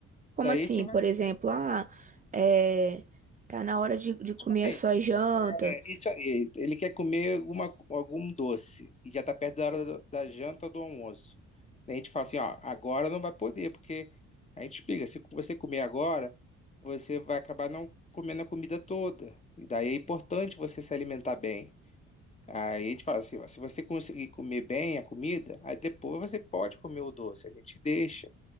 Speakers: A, on the right; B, on the left.
A: Como
B: Daí
A: assim?
B: a gente vai,
A: Por exemplo, ah, é, tá na hora de, de comer
B: tipo assim,
A: a sua janta.
B: é, isso aí, ele quer comer alguma, algum doce e já tá perto da hora do- da janta ou do almoço. Daí a gente fala assim, ó, agora não vai poder, porque a gente explica, se você comer agora, você vai acabar não comendo a comida toda. E daí é importante você se alimentar bem. Aí a gente fala assim, ó, se você conseguir comer bem a comida, aí depois você pode comer o doce, a gente deixa.